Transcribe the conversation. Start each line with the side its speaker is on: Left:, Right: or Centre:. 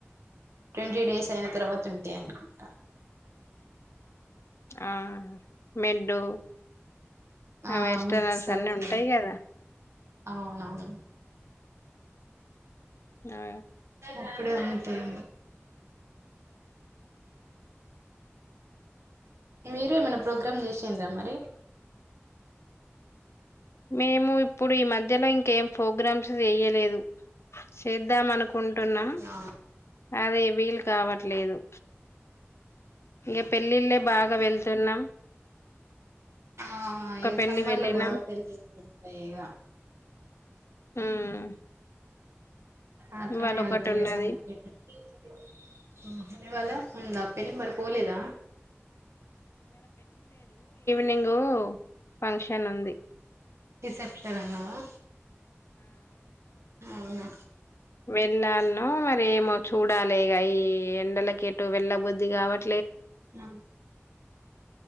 Right: ట్వంటీ డేస్ అయిన తర్వాత ఉంటాయి అనుకుంటా
Left: ఆ మెడ్ టు
Right: ఆ
Left: వెేస్టనర్స్
Right: మిడ్స్
Left: అన్నిీ
Right: అప్పుడు
Left: ఉంటాయి కదా
Right: అవునవును
Left: ఆ
Right: ఇప్పుడే ఉంటాయి మీరు ఏమైనా ప్రోగ్రామ్ చేసిండ్రా మరి
Left: మేము ఇప్పుడు ఈ మధ్యల ఇంకేం ప్రోగ్రామ్స్ చేయలేదు చేద్దాం అనుకు కుంటున్నా
Right: ఆ
Left: అదే వీలు కావట్లేదు ఇంక పెళ్ళిళ్ళే బాగా వెళ్తున్నా
Right: ఆహ ఇగ
Left: పెళ్లి
Right: సమ్మర్
Left: వెళ్ళినాం
Right: లో బాగా పెళ్లిళ్లు ఉంటాయి ఇగ
Left: ఉమ్
Right: అట్లనే
Left: ఇవాళ ఒకటి
Right: ఉంటాయి
Left: ఉన్నది
Right: ఇగ సమ్మర్ లా ఇవాళ ఉందా పెళ్లి మరి పోలేదా
Left: నింగ్ ఫంక్షన్ ఉంది
Right: రీసెప్షన్ అన్నావా అవునా
Left: వెళ్ళాల్నో మరేమో చూడాలే ఈ ఎండలకి ఎటు వెళ్ళబుద్ది కావట్
Right: హు